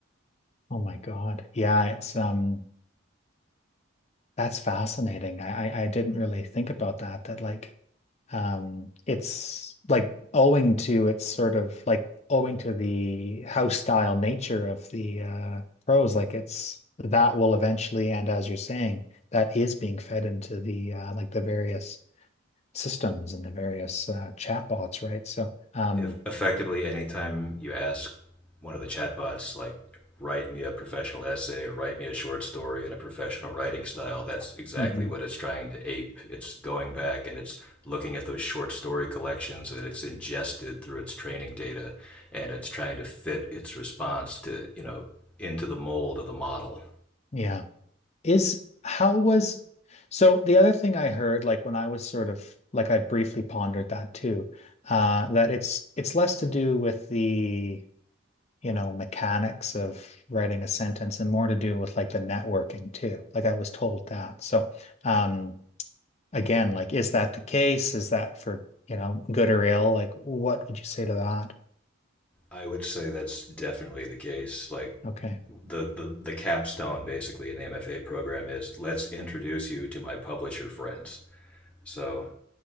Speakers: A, on the left; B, in the centre.
A: Oh my God. Yeah, it's um that's fascinating. I, I I didn't really think about that that like um it's like owing to it's sort of like owing to the house style nature of the uh prose like it's that will eventually and as you're saying that is being fed into the uh like the various systems and the various uh chatbots, right? So um
B: if effectively anytime you ask one of the chatbots like write me a professional essay or write me a short story in a professional writing style that's exactly
A: mhm.
B: what it's trying to ape it's going back and it's looking at those short story collections that it's ingested through its training data and it's trying to fit its response to you know into the mold of the model
A: Yeah. Is how was so the other thing I heard, like when I was sort of like I briefly pondered that too, uh, that it's it's less to do with the, you know, mechanics of writing a sentence and more to do with like the networking too. Like I was told that. So um again, like is that the case? Is that for, you know, good or ill? Like what would you say to that?
B: i would say that's definitely the case like
A: Okay.
B: the, the, the capstone basically in the mfa program is let's introduce you to my publisher friends So,